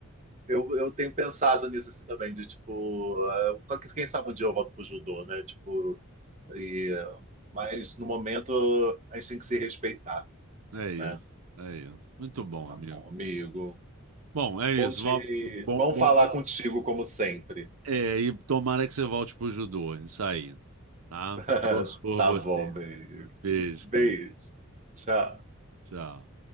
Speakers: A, on the right; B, on the right.
A: eu, eu tenho pensado nisso assim também, de tipo, eh, qual que- quem sabe um dia eu volto pro judô, né? Tipo, e, eh, mas no momento a gente tem que se respeitar,
B: É isso,
A: né?
B: é isso. Muito bom,
A: Tá
B: amigo,
A: bom,
B: muito
A: amigo.
B: bom. Bom, é
A: Bom
B: isso.
A: te,
B: Vol- Bom,
A: bom
B: bom,
A: falar
B: bom.
A: contigo como sempre.
B: É, e tomara que você volte pro judô, isso aí, tá?
A: <laughs>
B: Torço por
A: Tá
B: você.
A: bom, beijo.
B: Beijo,
A: Beijo.
B: querido.
A: Tchau.
B: Tchau.